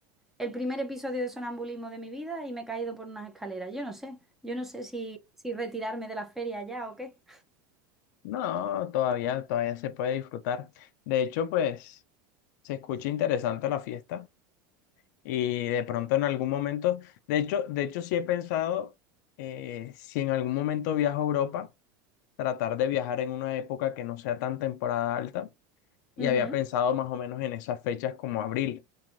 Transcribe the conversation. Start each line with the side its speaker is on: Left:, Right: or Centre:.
Centre: el primer episodio de sonambulismo de mi vida y me he caído por unas escaleras, yo no sé, yo no sé si, si retirarme de la feria ya o qué.
Left: No, todavía, todavía se puede disfrutar. De hecho, pues se escucha interesante la fiesta y de pronto en algún momento, de hecho, de hecho sí he pensado eh, si en algún momento viajo a Europa, tratar de viajar en una época que no sea tan temporada alta y
Centre: Ujú,
Left: había pensado más o menos en esas fechas como abril,